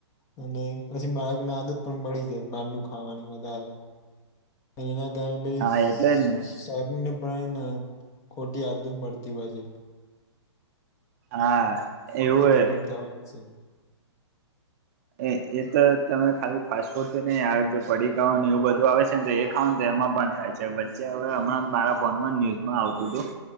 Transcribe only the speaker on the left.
અને પછી બાળકને આદત પણ પડી જાય બારનું ખાવાની વધારે. અને એના કારણે પછી
શરીરને પણ ખોટી આદત મળતી હોય છે.
એ તકલીફ થવાની છે.